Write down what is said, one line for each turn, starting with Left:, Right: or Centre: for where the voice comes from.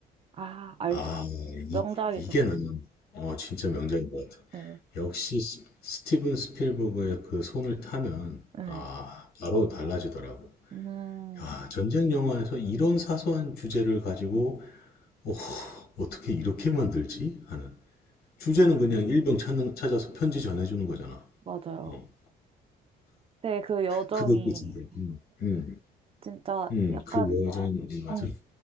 Right: 아, 알죠.
Left: 아, 이,
Right: 명작이죠.
Left: 이게 나는 어 진짜 명작인 것 같아.
Right: 네.
Left: 역시 스- 스티븐 스필버그의 그 손을 타면
Right: 네.
Left: 아 바로 달라지더라고.
Right: 음,
Left: 야, 전쟁 영화에서 이런 사소한 주제를 가지고 어, 어떻게 이렇게 만들지 하는 주제는 그냥 일병 찾는, 찾아서 편지 전해주는 거잖아.
Right: 맞아요.
Left: 어.
Right: 되게 그 여정이
Left: 그거 꽂힌데 음, 음,
Right: 진짜
Left: 음,
Right: 약간
Left: 그 여자인 음, 맞아.
Right: 음,
Left: 음,